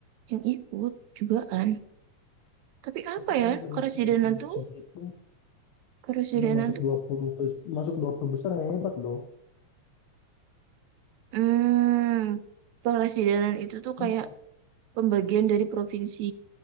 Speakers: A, on the right; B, on the left.
A: yang ikut jugaan tapi apa
B: Tapi kamu
A: ya
B: dari
A: keresidenan
B: dari
A: tuh
B: segitu
A: keresidenan
B: udah masuk
A: tuh
B: 20 bes- masuk 20 besar hebat loh.
A: hmm keresidenan itu tuh
B: Hebat
A: kayak
B: loh.
A: pembagian dari provinsi